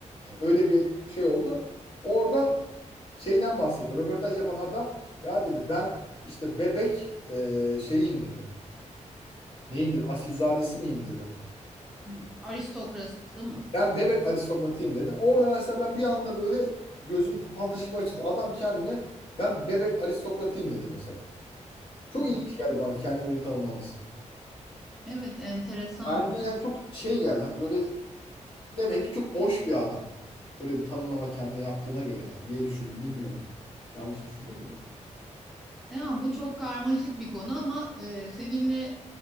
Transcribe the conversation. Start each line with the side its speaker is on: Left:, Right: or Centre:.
Left: Yani öyle bir şey oldu. Orada şeyden bahsetti. Röportaj yapan adam ya dedi ben işte bebek eee, şeyiyim dedi. Neyim dedi? Asilzadesi miyim dedi.
Centre: Hmm. Aristokrasi mı?
Left: Ben bebek aristokratıyım dedi. Orada mesela ben bir anda böyle gözüm fal taşı gibi açıldı. Adam kendine ben bebek aristokratıyım dedi mesela. Çok
Centre: Hmm.
Left: ilginç geldi bana kendini öyle tanımlaması.
Centre: Evet enteresanmış.
Left: Ben, Yani çok şey geldi hani böyle demek ki çok boş bir adam. Öyle bir tanımlama kendine yaptığına göre yani diye düşündüm bilmiyorum. Yanlış düşündüm de.
Centre: Yani bu çok karmaşık bir konu ama e, seninle